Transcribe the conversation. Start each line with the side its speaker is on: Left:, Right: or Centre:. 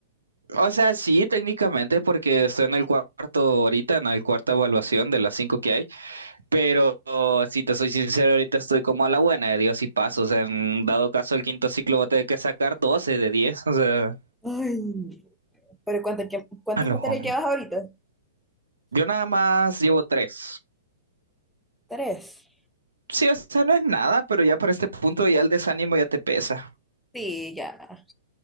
Right: O sea, sí, técnicamente, porque estoy en el cuarto ahorita, en el cuarta evaluación de las cinco que hay, pero si te soy sincero, ahorita estoy como a la buena de Dios y paso, o sea, en dado caso el quinto ciclo voy a tener que sacar doce de diez o sea,
Centre: Ay, pero ¿cuántas, cuántas
Right: a lo
Centre: materias
Right: jun-
Centre: llevas ahorita?
Right: yo nada más llevo tres.
Centre: Tres.
Right: Sí, o sea, no es nada, pero ya para este punto ya el desánimo ya te pesa.
Centre: Sí, ya,